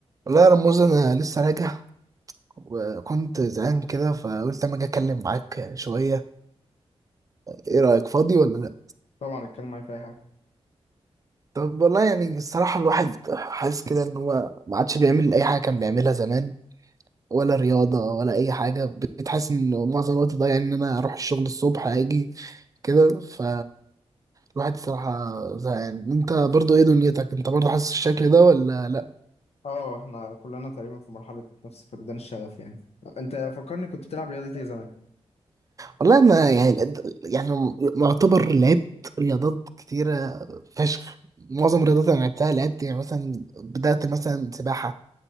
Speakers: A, on the right (about 30°); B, on the left (about 70°).
A: والله يا رموز انا لسه راجع وكنت زهقان كده فقلت اما اجي اتكلم معاك شويه ايه رايك فاضي ولا لا
B: طبعا اتكلم معايا في اي حاجه
A: طب والله يعني الصراحه الواحد حاسس كده ان هو ما عادش بيعمل اي حاجه كان بيعملها زمان ولا رياضه ولا اي حاجه بقيت حاسس ان معظم الوقت ضايع ان انا اروح الشغل الصبح اجي كده ف الواحد الصراحه زهقان انت برضو ايه دنيتك انت برضو حاسس الشكل ده ولا لا
B: اه احنا كلنا تقريبا في مرحله نفس فقدان الشغف يعني انت فكرني كنت بتلعب رياضه ايه زمان
A: والله انا يعني الأد- يعني معتبر لعبت رياضات كتيره فشخ معظم الرياضات اللي لعبتها لعبت يعني مثلا بدأت مثلا سباحه